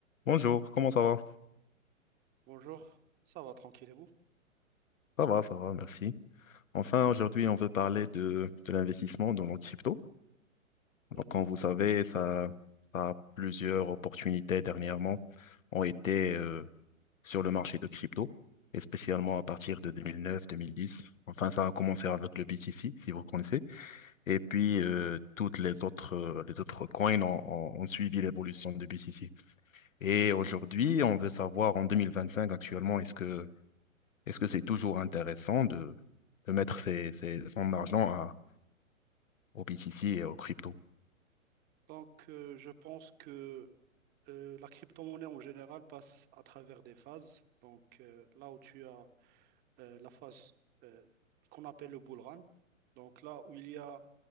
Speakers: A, on the left (about 70°); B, on the right (about 25°).
A: Bonjour, comment ça va?
B: Bonjour, ça va tranquille et vous?
A: Ça va, ça va, merci. Enfin, aujourd'hui, on veut parler de, de l'investissement dans la crypto. Donc,
B: Mhm.
A: comme vous savez, ça, ça a plusieurs opportunités dernièrement ont été euh, sur le marché de crypto, et spécialement à partir de 2009-2010. Enfin, ça a commencé avec le BTC, si vous connaissez. Et puis, euh, toutes les autres, euh, les autres coins ont, ont- ont suivi l'évolution du BTC. Et aujourd'hui, on veut savoir en 2025 actuellement, est-ce que Est-ce que c'est toujours intéressant de, de mettre ses, ses- son argent à, au BTC et au crypto?
B: Donc, euh, je pense que euh, la crypto-monnaie en général passe à travers des phases. Donc, euh, là où tu as euh, la phase euh, qu'on appelle le bull run, donc là où il y a